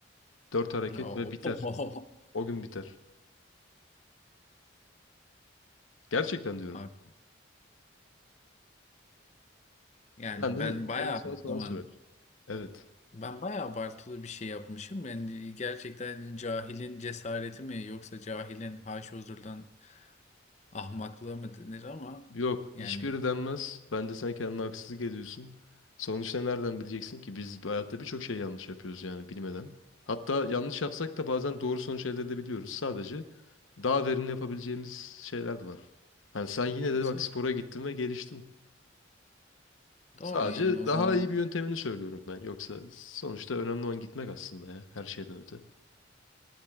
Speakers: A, on the left (about 85°); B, on the left (about 35°).
A: Dört hareket
B: Oo.
A: ve biter.
B: <laughs>
A: O gün biter. Gerçekten diyorum.
B: Abi, yani
A: Yani
B: ben bayağı
A: yarım saat
B: o
A: falan
B: zaman
A: sürer. Evet.
B: Ben bayağı abartılı bir şey yapmışım. Yani gerçekten cahilin cesareti mi yoksa cahilin haşozurdan ahmaklığı mı denir ama
A: Yok,
B: yani
A: hiçbiri denmez. Bence sen kendine haksızlık ediyorsun. Sonuçta nereden bileceksin ki? Biz bu hayatta birçok şey yanlış yapıyoruz yani bilmeden. Hatta yanlış yapsak da bazen doğru sonuç elde edebiliyoruz. Sadece daha verimli yapabileceğimiz şeyler de var. Hani sen yine de
B: kesinlikle
A: bak spora gittin ve geliştin.
B: doğru
A: Sadece
B: yani o
A: daha
B: zaman
A: iyi bir yöntemini söylüyorum ben. Yoksa sonuçta önemli olan gitmek aslında ya her şeyden öte.